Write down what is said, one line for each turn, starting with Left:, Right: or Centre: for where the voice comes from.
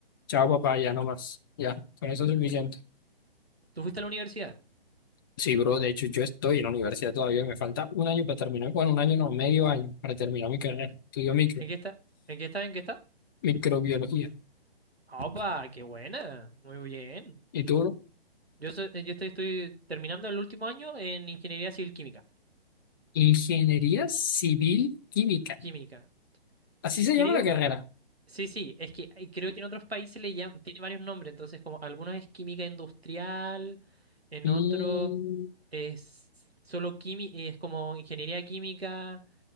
Left: chao papá, ya no más, ya, con eso es
Right: <laughs>
Left: suficiente.
Right: ¿Tú fuiste a la universidad?
Left: Sí, bro, de hecho yo estoy en la universidad todavía, me falta un año para terminar, bueno, un año no, medio año para terminar mi carrera. Estudio micro,
Right: ¿En qué está? ¿En qué está? ¿En qué está?
Left: microbiología.
Right: ¡Opa! ¡Qué buena! Muy bien.
Left: ¿Y tú, bro?
Right: Yo, so- eh, yo estoy, estoy terminando el último año en ingeniería civil química.
Left: Ingeniería Civil Química.
Right: Química.
Left: Así
Right: Que
Left: se
Right: creo,
Left: llama la carrera.
Right: sí, sí, es que eh, creo que en otros países le llaman, tiene varios nombres, entonces como algunos es química industrial, en
Left: Mm,
Right: otros es solo química, es como ingeniería química,